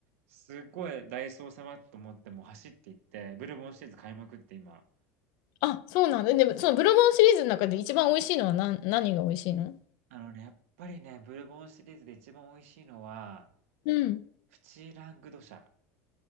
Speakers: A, on the right; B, on the left.
A: すっごいダイソー様と思ってもう走って行って、ブルボンシリーズ買いまくって今。
B: あ、そうなんだ。でも、そのブルボンシリーズの中で一番美味しいのは何、何が美味しいの
A: あのね、やっぱりね、ブルボンシリーズで一番美味しいのは、
B: うん。
A: プチラングドシャ。